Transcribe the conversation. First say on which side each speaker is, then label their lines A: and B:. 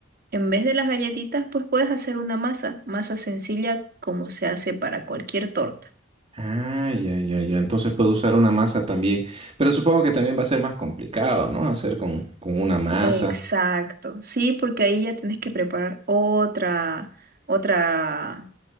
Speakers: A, on the right; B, on the right.
A: En vez de las galletitas, pues puedes hacer una masa, masa sencilla como se hace para cualquier torta.
B: Ah, ya, ya, ya. Entonces puedo usar una masa también. Pero supongo que también va a ser más complicado, ¿no? Hacer con, con una masa.
A: Exacto, sí, porque ahí ya tienes que preparar otra, otra,